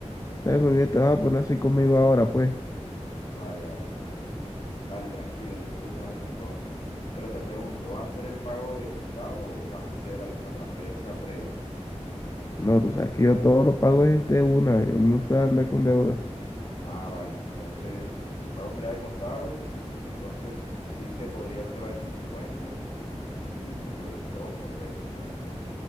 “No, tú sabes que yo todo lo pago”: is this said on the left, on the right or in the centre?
Left